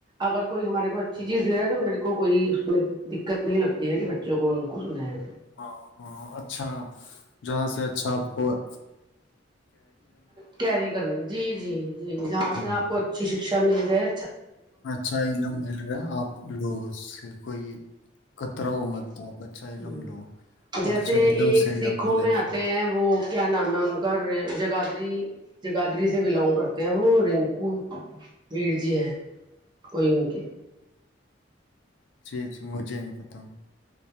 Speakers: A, on the right (about 25°); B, on the left (about 70°).
A: اگر کوئی ہمارے کو اچھی چیز دے رہا ہے تو میرے کو کوئی اس میں دقت نہیں لگتی ہے کہ بچوں کو ان کو سنا ہے
B: ہاں ہاں اچھا جہاں سے اچھا اور
A: کیری کرنی جی جی جی جہاں سے
B: ہوں
A: آپ کو اچھی شکشا تمیز ہے
B: اچھا علم مل رہا آپ لو کوئی قتراؤ مت
A: ہ
B: آپ اچھا علم لو
A: جیسے
B: اچھا علم
A: ایک
B: سے ہی
A: سیکھوں
B: آپ کی لائف
A: میں آتے ہیں وہ کیا نام ہے ان کا جگادری جگادری سے بلونگ کرتے ہیں وہ رنکو ویر جی ہیں کوئی ان کے
B: جی جی مجھے نہیں پتا ہ